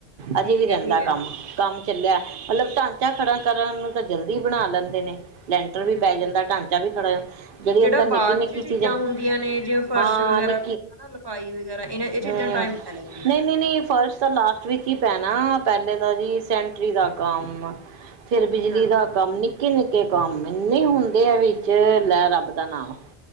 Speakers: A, on the right (about 60°); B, on the right (about 25°).
A: ਅਜੇ
B: ਠੀਕ
A: ਵੀ ਰਹਿੰਦਾ
B: ਐ-ਠੀਕ
A: ਕੰਮ,
B: ਐ
A: ਕੰਮ ਚੱਲਿਆ ਮਤਲਬ ਢਾਂਚਾ ਖੜਾ ਕਰਨ ਨੂੰ ਤਾਂ ਜਲਦੀ ਬਣਾ ਲੈਂਦੇ ਨੇ ਲੈਂਟਰ ਵੀ
B: ਬਿਲਕੁਲ
A: ਪੈ ਜਾਂਦਾ, ਢਾਂਚਾ ਵੀ ਖੜਾ ਹੋ ਜਾਂਦਾ, ਜਿਹੜੀ
B: ਜਿਹੜਾ
A: ਅੰਦਰ ਨਿੱਕੀ
B: ਬਾਅਦ
A: -ਨਿੱਕੀ
B: ਚ
A: ਚੀਜ਼ਾਂ
B: ਹੁੰਦੀਆਂ ਨੇ ਜਿਵੇਂ ਫਰਸ਼
A: ਹਾਂ
B: ਵਗੈਰਾ
A: ਨਿੱ
B: ਹਨਾ ਲਪਾਈ ਵਗੈਰਾ ਇਹਨਾਂ ਇਹ ਚੀਜ਼ਾਂ
A: ਹਮ,
B: ਟਾਈਮ ਲੈ ਲੈਂਦੀਆਂ
A: ਨਹੀਂ-ਨਹੀਂ-ਨਹੀਂ
B: ਨੇ
A: ਫਸਟ ਤਾਂ ਲਾਸਟ ਵਿੱਚ ਈ ਪੈਣਾ, ਪਹਿਲੇ ਤਾ ਜੀ ਸੈਂਨੇਟਰੀ ਦਾ ਕੰਮ ਆ ਫਿਰ ਬਿਜਲੀ
B: ਹਾਂਜੀ
A: ਦਾ ਕੰਮ ਨਿੱਕੇ-ਨਿੱਕੇ ਕੰਮ ਇੰਨੇ
B: ਬਿਲਕੁਲ-ਬਿਲਕੁਲ
A: ਹੁੰਦੇ ਆ ਵਿੱਚ, ਲੈ ਰੱਬ ਦਾ ਨਾਮ